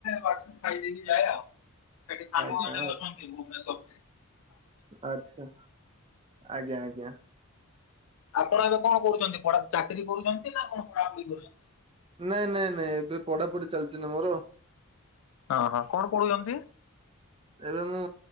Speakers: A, on the left; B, on the right.
A: ବାଟରେ ଖାଇଦକି ଯାଏଆଉ। ସେଠି ସାଙ୍ଗମାନେ
B: ଆଜ୍ଞା
A: ଅଛନ୍ତି ଭୁବନେଶ୍ଵରରେ।
B: ଆଛା ଆଜ୍ଞା ଆଜ୍ଞା।
A: ଆପଣ ଏବେ କଣ କରୁଛନ୍ତି ଚାକିରି କରୁଛନ୍ତି ନା କଣ ପଢାପଢି କରୁଛନ୍ତି।
B: ନାଇଁ ନାଇଁ ନାଇଁ ଏବେ ପଢାପଢି ଚାଲିଛି ନା ମୋର
A: ହଁ ହଁ କଣ ପଢୁଛନ୍ତି?
B: ଏବେ ମୁଁ